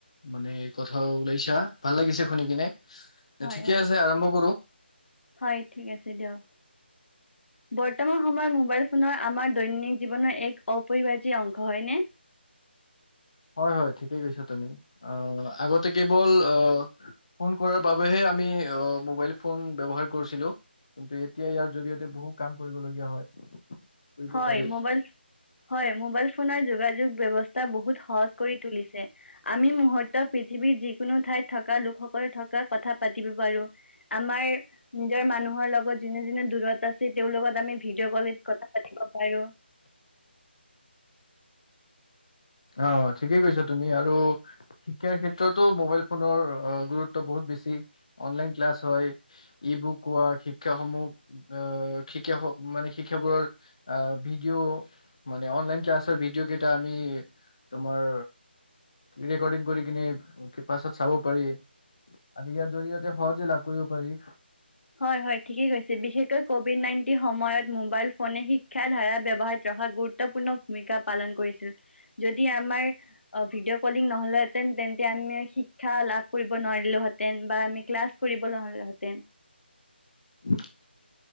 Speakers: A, on the left (about 35°); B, on the left (about 85°).
A: মানে কথা ওলাইছা ভাল লাগিছে শুনি কিনে।
B: হয়
A: ঠিকে
B: হয়
A: আছে আৰম্ভ কৰো।
B: হয় ঠিক আছে দিয়ক বৰ্তমান সময়ত মোবাইল ফোনৰ আমাৰ দৈনন্দিন জীৱনৰ এক অপৰিবাৰ্য অংশ হয়নে
A: হয় হয় ঠিকেই কৈছা তুমি আগতে কেৱল ফোন কৰাৰ বাবেহে আমি ম'বাইল ফোন ব্যৱহাৰ কৰিছিলো কিন্তু এতিয়া ইয়াৰ জৰিয়তে বহু কাম কৰিবলীয়া হয় কৰিব
B: হয়
A: পাৰি।
B: ম'বাইল হয় ম'বাইল ল ফোন যোগাযোগ ব্যৱস্থা বহুত সহজ কৰি তুলিছে আমি মুহৰ্ত পৃথিৱীৰ যিকোনো ঠাইত থকা লোকসকল থকা কথা পাতিব পাৰো আমাৰ নিজৰ মানুহৰ লগত যোনে যোনে দূৰত আছে তেওঁৰ লগত মানে ভিডিঅ কলত কথ কথা পাতিব পাৰো
A: অ ঠিকেই কৈছা তুমি আৰু শিক্ষাৰ ক্ষেত্ৰতো মোবাইল ফোনৰ গুৰুত্ব বহুত বেছি অনলাইন ক্লাছ হয় ই বুক কোৱা শিক্ষাসমূহ শিকা মানে শিক্ষাবোৰৰ ভিডিঅ' মানে অনলাইন ক্লাছৰ ভিডিঅ' কেইটা আমি। তোমাৰ ৰেকৰ্ডিং কৰি কিনে পাছত চাব পাৰি আদি ইয়াৰ জৰিয়তে সহজে লাভ কৰিব পাৰি
B: হয় হয় ঠিকে কৈছে বিশেষকৈ কভিদ নাইনটি সময়ত ম'বাইল ফোনে শিক্ষাৰ ধাৰা ব্যৱহত যথা গুৰুত্বপূৰ্ণ ভূমিকা পালন কৰিছিল যদি আমাৰ ভিডিঅ কলি নহহেতেন তেন্ত আমি শিক্ষা লাভ কৰিবলে নোৱাৰিলো হেতেন বা আমি ক্লাছ কৰিব নহ'লে হেতেন।
A: <inaudible>